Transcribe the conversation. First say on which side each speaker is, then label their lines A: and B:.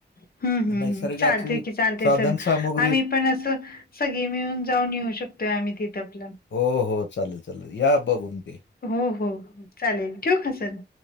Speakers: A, on the left; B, on the left.
A: हम्म हम्म
B: नैसर्गाची
A: हम्म. चालते की चालते
B: साधन
A: सर
B: सामुग्री
A: आम्ही पण असं. सगळी मिळून जाऊन येऊ शकतोय, आम्ही तिथ आपल
B: हो हो चालेल चालेल या बघून ते.
A: हो हो, हो चालेल ठेऊ का सर?